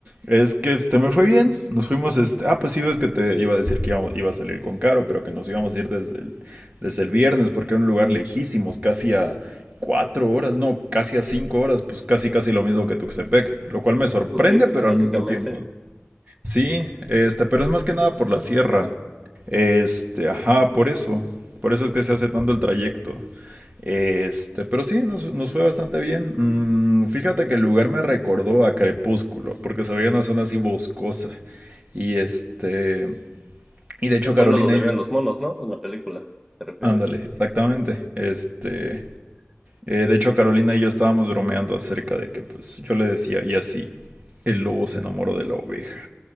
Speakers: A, on the right (about 35°); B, in the centre.
A: Es que este me fue bien, nos fuimos, este, ah, pues sí ves que te iba a decir que íbamos- iba a salir con Caro, pero que nos íbamos a ir desde el, desde el viernes porque era un lugar lejísimos, casi a cuatro horas, no, casi a cinco horas, pues casi casi lo mismo que Tuxtepec, lo cual me sorprende,
B: Eso sí,
A: pero
B: básicamente.
A: al mismo tiempo. Sí, este, pero es más que nada por la sierra. Este, ajá, por eso. Por eso es que se hace tanto el trayecto. Este, pero sí, nos, nos fue bastante bien. Mm, fíjate que el lugar me recordó a Crepúsculo, porque se veía una zona así boscosa. Y este, y de hecho
B: Al
A: Carolina
B: pueblo donde
A: y
B: viven
A: yo,
B: los monos, ¿no? En la película, te refieres.
A: ándale, exactamente. Este, eh, de hecho Carolina y yo estábamos bromeando acerca de que pues yo le decía, y así, el lobo se enamoró de la oveja.